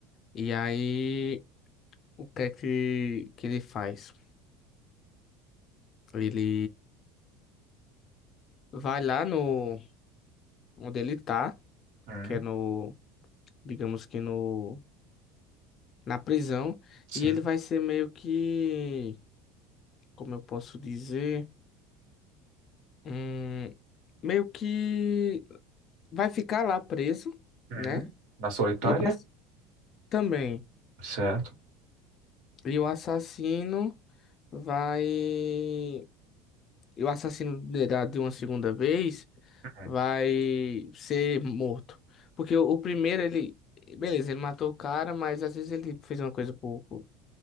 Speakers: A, on the left; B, on the right.
A: E aí, o que é que, que ele faz? Ele vai lá no onde ele tá,
B: Hum,
A: que é no, digamos que no, na prisão,
B: sim.
A: e ele vai ser meio que, como eu posso dizer, hum, meio que vai ficar lá preso
B: Hum.
A: né?
B: Na solitária?
A: E o ass- também.
B: Certo.
A: E o assassino vai. E o assassino de da- de uma segunda vez
B: Hum,
A: vai ser morto. Porque o, o primeiro, ele. Beleza, ele matou o cara, mas às vezes ele fez uma coisa por. por-